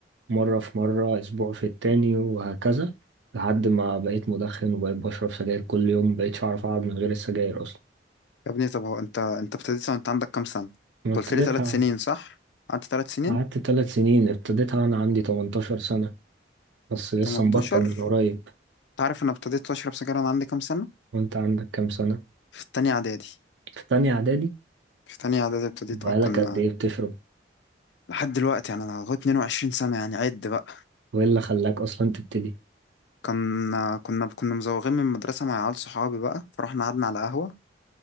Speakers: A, on the right; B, on the left.
A: مرة في مرة اسبوع في التاني وهكذا لحد ما بقيت مدخن وبقيت بشرب سجاير كل يوم مبقتش اعرف اقعد من غير السجاير اصلا
B: يا ابني طب هو انت انت ابتديت وانت عندك كام سنه انت
A: أنا ابتديتها
B: قلت لي ثلاث سنين صح قعدت ثلاث سنين
A: قعدت ثلاث سنين ابتديتها وانا عندي 18 سنة بس لسه
B: 18
A: مبطل من قريب
B: انت عارف انا ابتديت اشرب سجاير وانا عندي كام سنه
A: وانت عندك كام سنة
B: في تانية اعدادي
A: في تانية اعدادي
B: في تانية اعدادي ابتديت
A: بقالك
B: اه كنا
A: قد ايه بتشرب
B: لحد دلوقتي يعني انا لغايه 22 سنه يعني عد بقى
A: وايه اللي خلاك اصلا تبتدي
B: كنا كنا كنا مزوغين من المدرسة مع عيال صحابي بقى فرحنا قعدنا على قهوة